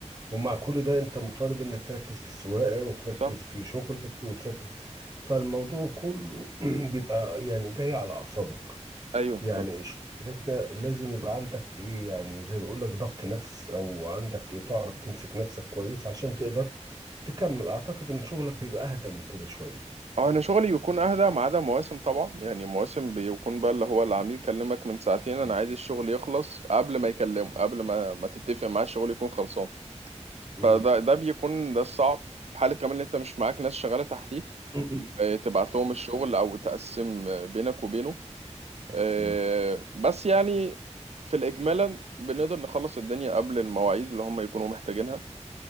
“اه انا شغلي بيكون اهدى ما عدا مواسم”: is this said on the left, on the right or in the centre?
Right